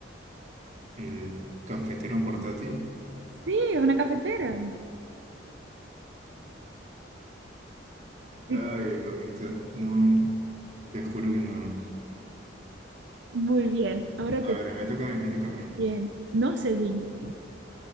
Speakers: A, on the right; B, on the right.
A: el cafetero portátil.
B: Sí, es una cafetera. Y-
A: Ay, mamita, no, te juro que no.
B: Muy bien, ahora te...
A: A ver, me toca a mí, me toca a mí.
B: Bien, no se viña.